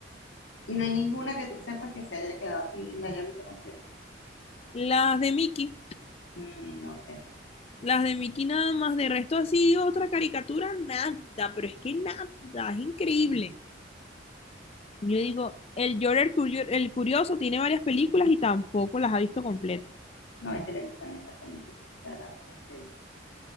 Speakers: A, on the left; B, on the left.
A: Y no hay ninguna que tú sepas que se haya quedado así y la haya visto completa.
B: Las de Mickey,
A: Mm, no sé.
B: las de Mickey nada más, de resto así, otra caricatura, nada, pero es que nada, es increíble.
A: Mm,
B: Yo digo, el Jorge el Curio- el Curioso tiene varias películas y tampoco las ha visto completas.
A: No, es que le gustan estas comiquitas, o sea, las, las series.